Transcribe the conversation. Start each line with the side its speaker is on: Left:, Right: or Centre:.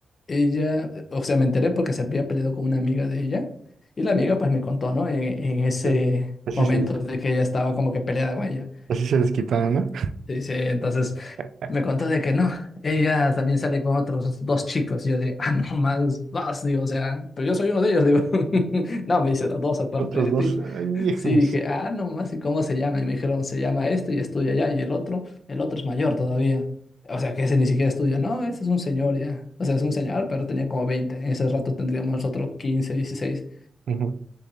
Left: ella, eh, o sea, me enteré porque se había peleado con una amiga de ella. Y la amiga pues me contó, ¿no? En, en ese
Right: Ya. Así
Left: momento
Right: se,
Left: de que ella estaba como que peleada con ella.
Right: así se desquitaron, ¿no?
Left: Sí, sí, entonces
Right: <laughs>
Left: me contó de que no, ella también sale con otros dos chicos. Yo de, ah, no más, vas, digo, o sea, pero yo soy uno de ellos, digo. <laughs> No, me dice, dos aparte
Right: Otros
Left: de
Right: dos.
Left: ti.
Right: Ay, hijos.
Left: Sí, dije, ah, no más, ¿y cómo se llama? Y me dijeron, se llama este y estudia allá, y el otro, el otro es mayor todavía. O sea, que ese ni siquiera estudia, no, ese es un señor ya. O sea, es un señor, pero tenía como veinte En ese rato tendríamos nosotros quince dieciséis
Right: Ujú,